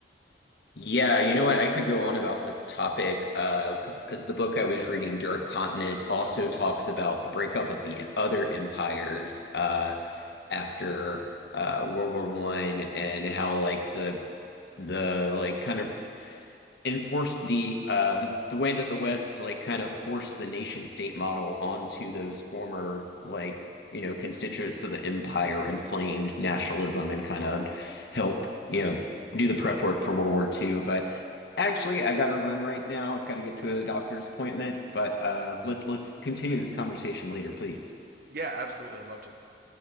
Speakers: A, on the left (about 60°); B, on the right (about 50°).
A: Yeah, you know what? I could go on about this topic uh, because the book I was reading, Dark Continent, also talks about the breakup of the other empires uh, after uh, World War One and how like the the like kind of enforce the uh, the way that the West like kind of forced the nation state model onto those former like you know constituents of the empire inflamed nationalism and kind of help you know do the prep work for World War II. But actually, I got to run right now. I've got to get to a doctor's appointment. But uh, let let's continue this conversation later, please.
B: Yeah, absolutely. I'd love to.